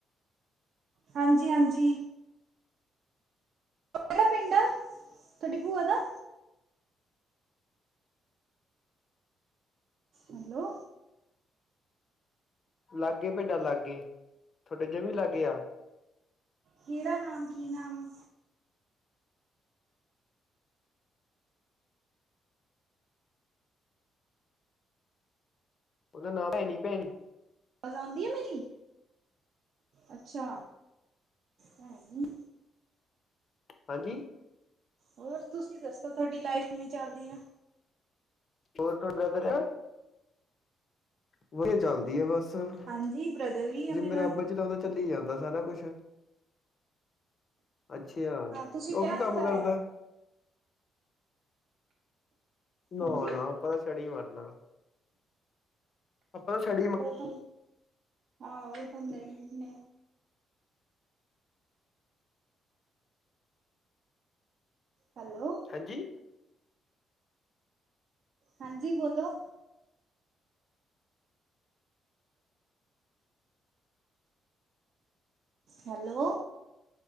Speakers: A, on the right; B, on the left.
A: ਹਾਂਜੀ ਹਾਂਜੀ ਕਿਹੜਾ ਪਿੰਡ ਆ ਤੁਹਾਡੀ ਭੂਆ ਦਾ ਹੈਲੋ
B: ਲਾਗੇਏ ਪਿੰਡਾਂ ਲਾਗੇ ਤੁਹਾਡੇ ਜਮੀ ਲਾਗੇ ਆ
A: ਕਿਹੜਾ ਨਾਮ ਕੀ ਨਾਮ
B: ਉਹਦਾ ਨਾਮ ਭ ਹੈੈ ਨੀ ਭੈਣ
A: ਆਜ਼ ਆਉਂਦੀ ਆ ਮੇਰੀ ਅੱਛਾ ਹੈ ਨ
B: ਹਾਂਜੀ
A: ਹੋਰ ਤੁਸੀਂ ਦੱਸੋ ਤੁਹਾਡੀ ਲਾਈਫ ਕਿਵੇਂ ਚੱਲਦੀ ਹੈ
B: ਹੋਰ ਤੁਹਾਡ ਵਧੀਆ ਚੱਲਦੀ ਆ ਬਸ ਬੱਸ
A: ਹਾਂਜੀ ਬ੍ਰਦਰ ਵੀ ਆ
B: ਜੇਵੇਂ
A: ਮੇਰਾ
B: ਰੱਬ ਚਲਾਉਂਦਾ ਚੱਲੀ ਜਾਂਦਾ ਸਾਰਾ ਕੁਛ ਅੱਛਾ
A: ਤੁਸੀਂ
B: ਉਹ
A: ਵਿਆਹ
B: ਕੀ ਕੰਮ
A: ਨਹੀਂ ਕਰਾਇਆ
B: ਕਰਦਾ ਨਾ
A: ਹਾਂਜੀ
B: ਨਾ ਆਪਤਾ ਛੜੀ ਮਰਨਾ ਆਪਾਂ ਛੜ
A: ਉਹ ਆਹੋ ਉਹ ਤਾਂਦਾ ਨ ਹੈਲੋ
B: ਹਾਂਜੀ
A: ਹਾਂਜੀ ਬੋਲੋ ਹੈਲੋ